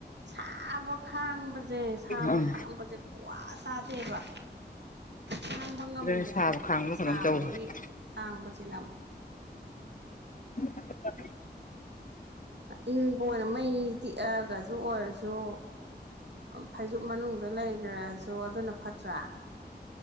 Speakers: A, on the right; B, on the left.
A: ꯁꯥꯕ ꯈꯥꯡꯕꯁꯦ ꯁꯥꯕ
B: ꯑꯥ
A: ꯈꯥꯡꯕꯁꯦ ꯈꯨ꯭ꯋꯥ ꯇꯥꯗꯦꯕ ꯈꯥꯡꯕ ꯉꯝꯗꯦ
B: ꯑꯗꯨꯅ ꯁꯥꯕ
A: ꯍꯥꯏꯕ
B: ꯈꯥꯡꯕ ꯀꯩꯅꯣꯝ
A: ꯁꯥꯕꯒꯤ
B: ꯇꯧꯋꯦ ꯍꯥꯏꯕ
A: ꯈꯥꯡꯕꯁꯤꯅ ꯑꯃꯨꯛ
B: <inaudible>
A: ꯏ ꯍ ꯃꯩ ꯇꯤꯛꯑꯒꯁꯨ ꯑꯣꯏꯔꯁꯨ ꯑꯣ ꯐꯩꯖꯨꯞ ꯃꯅꯨꯡꯗ ꯂꯩꯈꯔ ꯑꯗꯨꯗꯣ ꯑꯗꯨꯅ ꯐꯠꯇ꯭ꯔꯥ